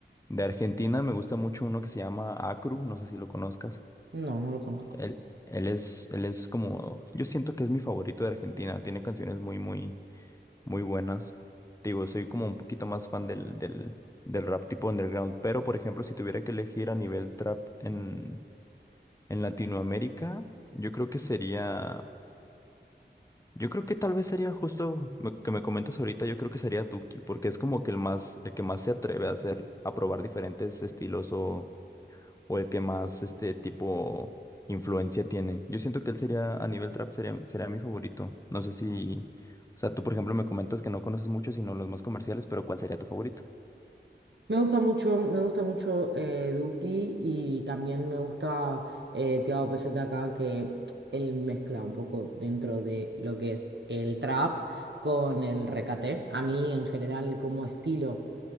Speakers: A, on the left (about 15°); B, on the right (about 75°).
A: De Argentina me gusta mucho uno que se llama Acru, no sé si lo conozcas.
B: No, no lo conozco.
A: Él, él es, él es como, yo siento que es mi favorito de Argentina, tiene canciones muy, muy, muy buenas. Te Digo, soy como un poquito más fan del, del, del rap tipo underground, pero por ejemplo, si tuviera que elegir a nivel trap en, en Latinoamérica, yo creo que sería, yo creo que tal vez sería justo me- que me comentas ahorita, yo creo que sería Duki, porque es como que el más, el que más se atreve a hacer, a probar diferentes estilos o o el que más este tipo influencia tiene. Yo siento que él sería, a nivel trap, sería, sería mi favorito. No sé si, o sea, tú por ejemplo me comentas que no conoces mucho, sino los más comerciales, pero ¿cuál sería tu favorito?
B: Me gusta mucho, me gusta mucho eh, Duki y también me gusta eh, Tiago PZK, que él mezcla un poco dentro de lo que es el trap con el recate. A mí, en general, como estilo